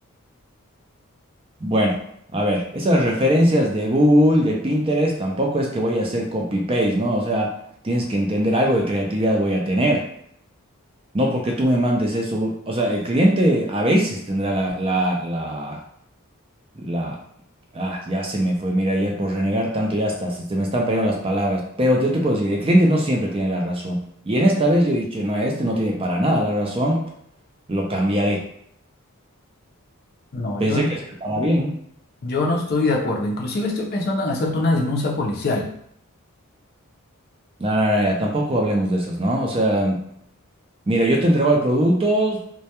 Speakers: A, on the right; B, on the left.
A: Bueno, a ver, esas referencias de Google, de Pinterest, tampoco es que voy a hacer copy-paste, ¿no? O sea, tienes que entender algo de creatividad voy a tener. No porque tú me mandes eso. O sea, el cliente a veces tendrá la, la, la, la- Ah, ya se me fue, mira, ya por renegar tanto ya está, se, se me están perdiendo las palabras. Pero yo te puedo decir, el cliente no siempre tiene la razón. Y en esta vez yo he dicho, no, este no tiene para nada la razón, lo cambiaré.
B: No,
A: Pensé
B: yo, no-
A: que hacía para bien.
B: yo no estoy de acuerdo. Inclusive estoy pensando en hacerte una denuncia policial.
A: No, no, no, ya, tampoco hablemos de esas, ¿no? O sea, mira, yo te entrego el producto,